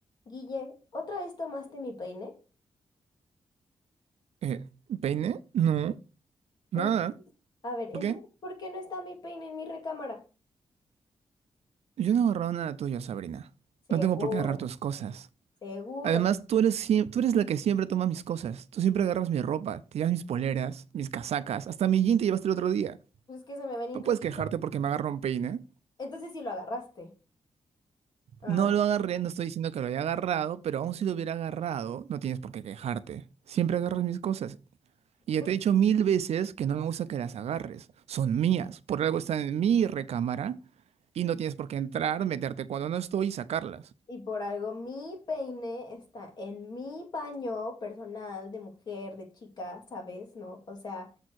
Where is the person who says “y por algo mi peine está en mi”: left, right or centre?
Left